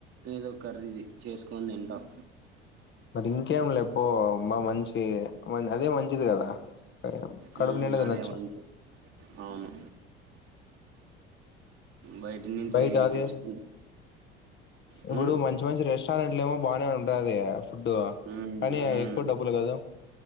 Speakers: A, on the right; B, on the left.
A: ఏదో ఖర్రీది చేసుకొని తింటం
B: మరి ఇంకేం లేెపో మ మంచి అదే మంచిది కదా కడుపు
A: మ్మ్
B: నిండా తినొచ్చు
A: అదే మంచి అవును బయటి నుంచి
B: బయట అది
A: తెచ్చుకు హ్మ్
B: ఇప్పుడు మంచి మంచి మంచి రెస్టారెంట్లు ఏమో బానే ఉంటాది ఫుడ్
A: హ్మ్
B: కానీ
A: హ్మ్
B: ఎక్కువ డబ్బులు కాదు